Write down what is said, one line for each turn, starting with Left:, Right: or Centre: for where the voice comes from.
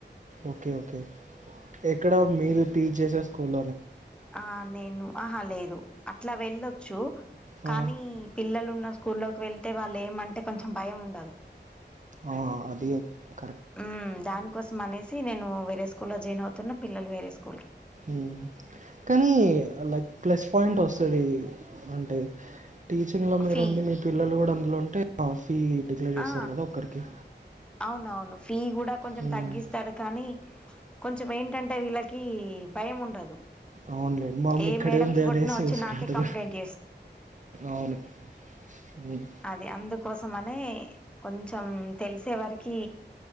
Right: ఓకే ఓకే ఎక్కడ మీరు టీచ్ సే స్కూల్
Centre: ఆ నేను ఆహా లేదు అట్లా వెళ్ళొచ్చు
Right: ఆ,
Centre: కానీ పిల్లలు ఉన్న స్కూల్లోకి వెళ్తే వాళ్ళు ఏమంటే కొంచెం భయం ఉండదు
Right: ఆ అది అది క
Centre: మ్మ్ దాని కోసం అనేసి నేను వేరే స్కూల్ల్లో జాయిన్ అవుతున్న పిల్లలు వేరే స్కూ
Right: మ్మ్ కానీ లక్ ప్లస్ పాయింట్ వస్తుంది అంటే టీచింగ్లో మీరుండి
Centre: ఫీ
Right: మీ పిల్లలు కూడా అందులో ఉంటే ఆ ఫీ డిక్లేర్ చేస్తారు
Centre: ఆ
Right: కదా ఒక్కరికి
Centre: అవునవును ఫీ కూడా కొంచెం
Right: హ్మ్.
Centre: తగ్గిస్తారు కానీ కొంచం ఏంటంటే వీళ్ళకి భయం ఉండదు
Right: అవును లే మా అమ్మ
Centre: ఏ
Right: ఇక్కడే
Centre: మేడమ్స్
Right: ఉంది
Centre: కొట్టినా
Right: అనేసి
Centre: వచ్చి
Right: చూసుకుంటారు
Centre: నాకే కంప్లైంట్
Right: అవును హ్మ్.
Centre: అదే అందుకోసం అనే కొంచం తెలిసే వారికి